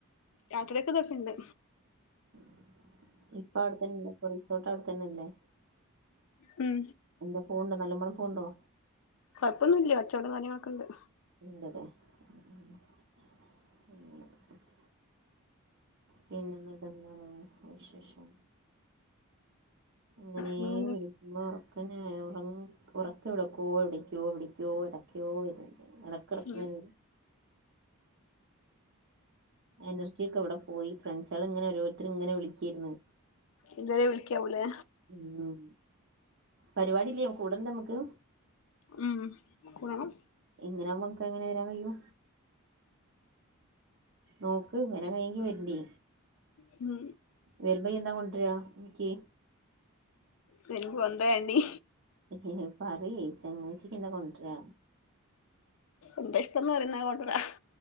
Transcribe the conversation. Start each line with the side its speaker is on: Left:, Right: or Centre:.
Left: രാത്രിക്ക് തൊക്കെണ്ട്
Right: <inaudible> ഇപ്പ അവിടെത്തന്നെല്ലേ ഇപ്പ റിസോർട്ട് അവിടെതന്നെ അല്ലേ
Left: ഉം
Right: എന്താ പൂവുണ്ട് നല്ലമണം പൂവുണ്ടോ
Left: കൊഴപ്പൊന്നും ഇല്ല കച്ചോടം കാര്യങ്ങളൊക്ക് ഇണ്ട്
Right: ഇണ്ടല്ലേ <unintelligible> പിന്നെ എന്നിട്ട് എന്തണ് വിശേഷം അങ്ങനെയ
Left: പിന്നെന്തേ
Right: വിളി ഇമ്മ ഉറക്കനെ ഉറങ്ങ് ഉറക്ക് വിടക്കുവോ എവിടിക്കോ എടിക്കോ ഇടക്കോ വരുന്നുണ്ട് എടക്കെടക്ക്
Left: ഉം
Right: ഇങ്ങനെ വരും എനർജി ഒക്കെ എവിടെ പോയി ഫ്രണ്ട്‌സാള് ഇങ്ങനെ ഓരോരുത്തര് ഇങ്ങനെ വിളിക്കേരുന്നു
Left: ഇതുവരെ വിളിക്കാവൂലെ
Right: ഉം പരിപാടി ഇല്ലേ കൂടണ്ടേ നമുക്ക്
Left: ഉം കൂടണം
Right: ഇങ്ങനെ ആകുമ്പോ നമക്ക് എങ്ങനെ വരാൻ കഴിയും നോക്ക് ഇങ്ങനെ കൈയ്യെങ്കി വെരണ്ടി
Left: ഉം
Right: വരുമ്പോ എന്താ കൊണ്ടര എനിക്ക്
Left: വരുമ്പോ എന്താ വേണ്ടേ
Right: ഹി ഹി പറയ് ചങ്ങായിച്ചിക്ക് എന്താ കൊണ്ടരാ
Left: എന്താ ഇഷ്ടന്ന് പറയ്ന്നെ കൊണ്ടരാ